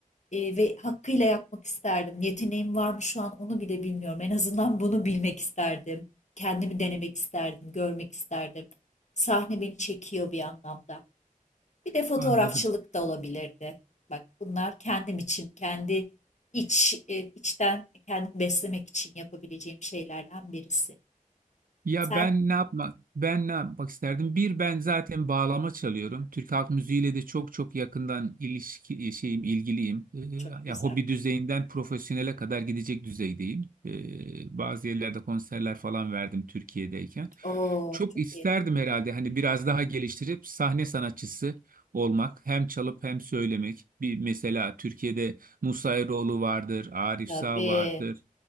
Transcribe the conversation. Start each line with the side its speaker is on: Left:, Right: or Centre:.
Left: E, ve hakkıyla yapmak isterdim. Yeteneğim var mı şu an onu bile bilmiyorum. En azından bunu bilmek isterdim. Kendimi denemek isterdim, görmek isterdim. Sahne beni çekiyor bir anlamda. Bir de fotoğrafçılık
Right: Anladım.
Left: da olabilirdi. Bak bunlar kendim için, kendi iç e, içten kendimi beslemek için yapabileceğim şeylerden birisi.
Right: Ya
Left: Sen
Right: ben ne yapma ben ne yapmak isterdim? Bir ben zaten bağlama çalıyorum. Türk halk müziğiyle de çok çok yakından ilişki e, şeyim ilgiliyim. Ee,
Left: çok güzel.
Right: ya hobi düzeyinden profesyonele kadar gidecek düzeydeyim. Ee, bazı yerlerde konserler falan verdim Türkiye'deyken.
Left: Oo,
Right: Çok
Left: çok
Right: isterdim
Left: iyi.
Right: herhalde hani biraz daha geliştirip sahne sanatçısı olmak, hem çalıp hem söylemek. Bir mesela Türkiye'de Musa Eroğlu vardır, Arif
Left: Tabii.
Right: Sağ vardır.